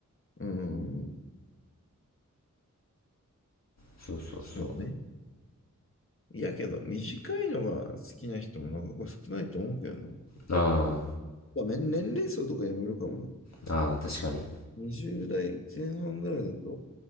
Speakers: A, on the left; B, on the left.
A: うん
B: そうそうそう。
A: そうね。いやけど、短いのが好きな人もなかなか少ないと思うけどな。
B: あ
A: まあ、め年齢層とかにもよるかもな。
B: ーあー、あ確かに。
A: 20代前半ぐらいだと、